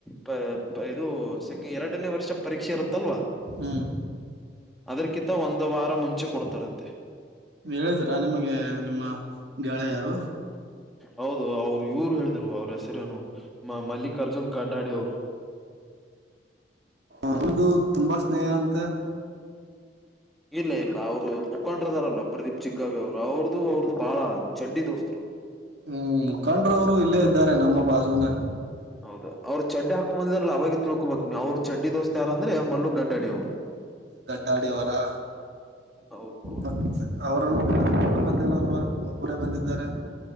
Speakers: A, in the centre; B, on the right (about 65°).
A: ಪ ಪ ಇದು ಸೆಕೆ ಎರಡನೇ ವರ್ಷದ್ ಪರೀಕ್ಷೆ ಇರುತ್ತಲ್ವಾ?
B: ಹ್ಮ್
A: ಅದ್ರ್ಕ್ಕಿತ ಒಂದು ವಾರ ಮುಂಚೆ ಕೊಡ್ತರಂತೆ.
B: ಹೇಳ್ದ್ರಾ ನಿಮ್ಗೆ ನಿಮ್ಮ ಗೆಳೆಯರು.
A: ಹೌದು ಅವ್ರು ಇವ್ರು ಹೇಳ್ದ್ರು ಅವ್ರ್ ಹೆಸ್ರೇನು ಮ ಮಲ್ಲಿಕಾರ್ಜುನ್ ಗಡ್ಡಾಡಿ ಅವ್ರು
B: ಅವ್ನ್ದು ತುಂಬಾ ಸ್ನೇಹ ಅಂತೆ?
A: ಇಲ್ಲ ಇಲ್ಲ ಅವ್ರು ಅವ್ರ್ ಮುಖಂಡ್ರ್ ಇದಾರಲ್ಲ ಪ್ರದೀಪ್ ಚಿಗ್ಗಾವಿ ಅವ್ರು, ಅವ್ರ್ದು ಅವ್ರ್ದು ಬಾಳ ಚಡ್ಡಿ ದೋಸ್ತು.
B: ಹ್ಮ್ ಮುಖಂಡ್ರವ್ರು ಇಲ್ಲೇ ಇದ್ದಾರೆ ನಮ್ಮ ಬಾಜುನ.
A: ಹೌದು ಅವ್ರ್ ಚಡ್ಡಿ ಹಾಕೊಂಬಂದಿದರಲ್ಲ ಅವಾಗೆ ತಿಳ್ಕೋಬೇಕು ನೀವು ಅವ್ರ್ ಚಡ್ಡಿ ದೋಸ್ತ್ ಯಾರಂದ್ರೆ ಮಲ್ಲು ಗಡ್ಡಾಡಿಅವ್ರು.
B: ಗಡ್ಡಾಡಿ ಅವ್ರಾ,
A: ಹೌದೌದು
B: ಹ್ಮ್ ಅವ್ರು <inaudible> ಬಂದಿಲ್ಲಲ್ವಾ ಒಬ್ಬರೇ ಬಂದಿದ್ದಾರೆ.